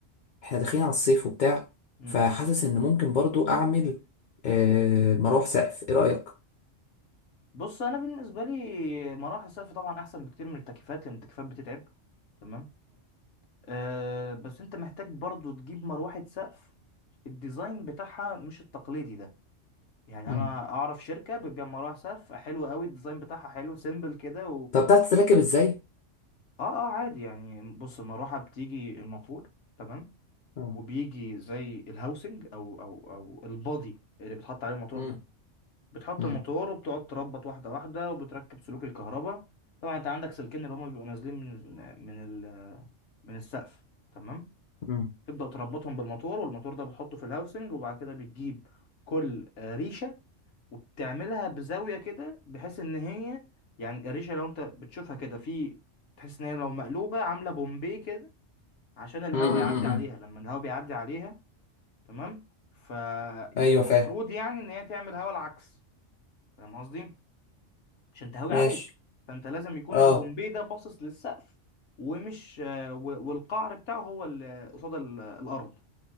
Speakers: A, on the left (about 55°); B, on the left (about 70°).
A: احنا داخلين على الصيف وبتاع
B: امم
A: فحاسس ان ممكن برضو اعمل آه، مروح سقف ايه رايك
B: بص انا بالنسبه لي مراحل الصيف طبعا احسن بكتير من التكييفات لان التكييفات بتتعب تمام أه بس انت محتاج برضو تجيب مروحه سقف الديزاين بتاعها مش التقليدي ده يعني
A: مم.
B: انا اعرف شركه بتبيع مروحه سقف حلوه قوي الديزاين بتاعها حلو سيمبل كده
A: طب بتعرف تتركب ازاي؟
B: اه اه عادي يعني بص المروحة بتيجي الموتور تمام
A: مم.
B: وبيجي زي الهاوسنج او او او البادي اللي بتحط عليه الموتور
A: مم.
B: ده بتحط
A: مم.
B: الموتور وبتقعد تربط واحدة واحدة وبتركب سلوك الكهرباء طبعا انت عندك سلكين اللي هما بيبقوا نازلين من ال من ال من السقف تمام
A: مم.
B: تبدأ تربطهم بالموتور والموتور ده بتحطه في الهاوسنج وبعد كده بتجيب كل آه، ريشة وبتعملها بزاوية كده بحيث ان هي يعني القريشة لو انت بتشوفها كده في تحس ان هي لو مقلوبة عاملة بومبي كده عشان الهواء
A: مم. مم.
B: يعدي
A: مم.
B: عليها لما الهواء بيعدي عليها تمام فالمفروض
A: ايوه فاهم
B: يعني ان هي تعمل هواء العكس فاهم قصدي عشان تهوي
A: ماشي
B: عليك فانت لازم يكون
A: اه
B: البومبي ده باصص للسقف ومش آه، و- والقعر بتاعه هو اللي قصاد ال- الارض